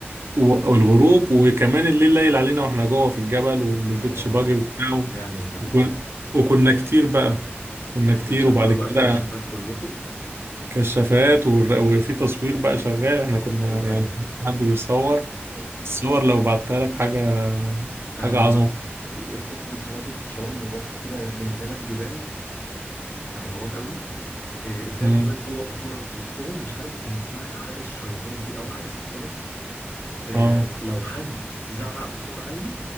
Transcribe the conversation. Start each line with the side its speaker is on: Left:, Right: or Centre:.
Right: و- والغروب وكمان الليل ليل علينا واحنا جوه في الجبل وبالبيتش
Left: اه
Right: باجي وبتاعه
Left: جامد ده
Right: وكن... وكنا كتير بقى كنا
Left: بتشغلوا
Right: كتير وبعد كده
Left: بقى الكشافات كلكم
Right: كشافات والر- وفي تصوير بقى شغال احنا كنا
Left: ايوه
Right: يعني
Left: ايوه
Right: كان في حد بيصور
Left: ايوه
Right: الصور لو بعتها لك حاجة
Left: انا
Right: حاجة
Left: انا
Right: عظمة
Left: ركبت بيتش باجي في شرم ورحت كده بين ثلاث جبال كانوا غراب قوي آه، التلات
Right: مم.
Left: جبال دول وقفونا في وسطهم مش عارف كان اسمها حاجه الشيطان كده او حاجه زي كده آه،
Right: اه
Left: لو حد زعق بصوت عالي